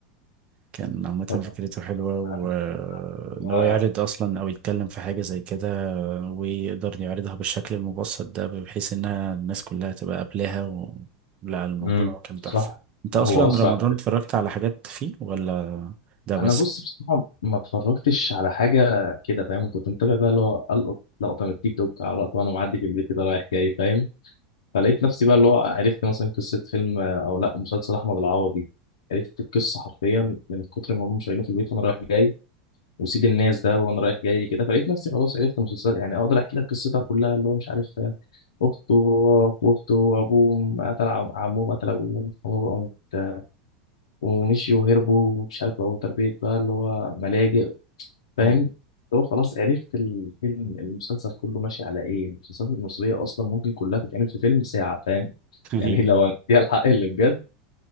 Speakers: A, on the right; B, on the left.
A: كان عامة
B: طب
A: فكرته حلوة وإن
B: عارف بقى
A: هو يعرض أصلا أو يتكلم في حاجة زي كده ويقدر يعرضها بالشكل المبسط ده بحيث انها الناس كلها تبقى قابلاها و... لا الموضوع
B: امم
A: كان
B: صح
A: تحفة انت
B: لا
A: اصلا
B: هو اسرع
A: رمضان اتفرجت على حاجات فيه ولا ده بس
B: انا بص بصراحه ما اتفرجتش على حاجه كده فاهم كنت متابع بقى اللي هو القط لقطه من التيك توك على لقطه وانا معدي في البيت كده رايح جاي فاهم فلقيت نفسي بقى اللي هو عرفت مثلا قصه فيلم او لا مسلسل احمد العوضي عرفت القصه حرفيا من كتر ما هم شايلينه في البيت وانا رايح جاي وسيد الناس ده وانا رايح جاي كده فلقيت نفسي خلاص عرفت مسلسل يعني اقدر احكي لك قصتها كلها اللي هو مش عارف اخته هو واخته وابوه قتل عم- عمهم قتل ابوهم فهم بقوا مت- ومشيوا وهربوا ومش عارف بقوا تربية بقى اللي هو ملاجئ فاهم
A: ايوه
B: هو خلاص عرفت الفيلم المسلسل كله ماشي على ايه المسلسلات المصرية اصلا ممكن كلها تتعمل في فيلم ساعة فاهم
A: <laughs>
B: يعني
A: ايوه
B: لو هي الحق اللي بجد